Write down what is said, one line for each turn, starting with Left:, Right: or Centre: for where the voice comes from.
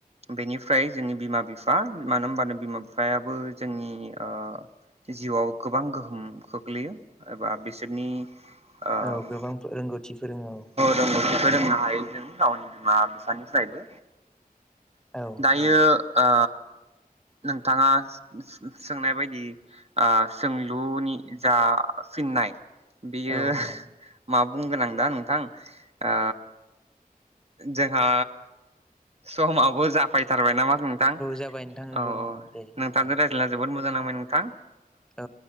Right: बेनिफ्राय जोंनि बिमा बिफा मानो होनबानो बिमा फिफायाबो जोंनि ओ जिउआव गोबां गोहोम खोख्लैयो एबा बिसोरनि ओ
Centre: औ गोबां फो रोंगौथि फोरोङो औ
Right: रोंगौथिखौ रोंनो हायो जों गावनि बिमा बिफानिफ्रायबो
Centre: औ
Right: दायो ओ नोंथाङा सोंनाय बायदि ओ सोंलुनि जा फिननाय बियो
Centre: औ नंगौ
Right: मा बुंगोन आं दा नोंथां ओ जोंहा समाबो जाफैथारबाय नामा थां औ
Centre: जाबाय नोंथां नंगौ नंगौ दे
Right: नोंथांजों
Centre: औ
Right: राय ज्लायना जोबोद मोजां नांबाय नोंथां
Centre: औ